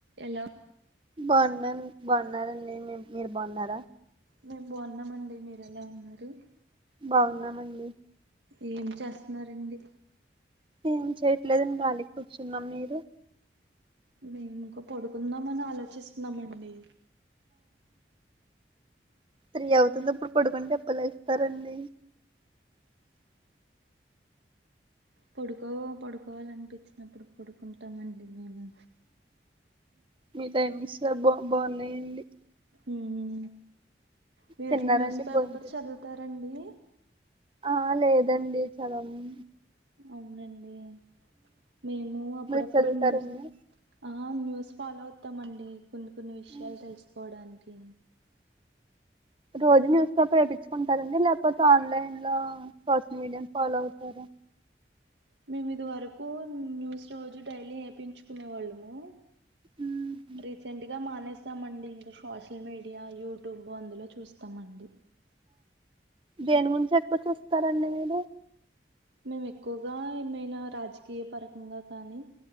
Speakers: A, on the right; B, on the right.
A: ఎలో
B: బాగున్నాన్ బాగున్నారంండి మీ మీరు బాగున్నారా
A: మేమ్ బాగున్నామండి మీ ఎలా ఉన్నారు
B: బాగున్నామండి
A: ఏం చేస్తున్నారండి
B: ఏం చేయట్లేఅండి కాలిగా కూర్చున్నాం మీరు
A: మేము ఇకా పడుకుందామ అని ఆలోచిస్తున్నామండి
B: సర అవుతుంది ఇప్పుడు కొడుకుని చెప్పలే ఇస్తారండి <unintelligible>
A: పడుకో పడుకోవాలనిపించినప్పుడు పడుకుంటామండి మేము
B: మీతా ని బ బాన్నయండి
A: ఉమ్ మీరు
B: తిన్నారండి
A: న్యూస్ పేపర్
B: భోంచే
A: చదువుతారండి
B: ఆ లేదండి చదవను
A: అవునండి మేము అప్పుడప్పుడు
B: మీరు చదువుతారండి
A: న్యూస్ ఆ న్యూస్ ఫాలో అవుతామండి కొన్ని కొన్ని విషయాలు
B: ఉమ్,
A: తెలుసుకోవడానికి
B: రోజు న్యూస్ పేపర్ వేయించుకుంటారండి లేకపోతే ఆన్లైన్ లో సోషల్ మీడియా ఫాలో అవుతార
A: మేమి ఇది వరకు న్యూస్ రోజు డైలీ వేపంచుకునే వాళ్ళము
B: ఉహు
A: రీసెంట్ గా మానేస్ చూస్తామండి ఇంకా సోషల్ మీడియా యూట్యూబ్ అందులో చూస్తామండి
B: దేని గురించి ఎక్కువ చూస్తారండి మీరు
A: మేము ఎక్కువగా ఏమైనా రాజకీయ పరకంగా కానీ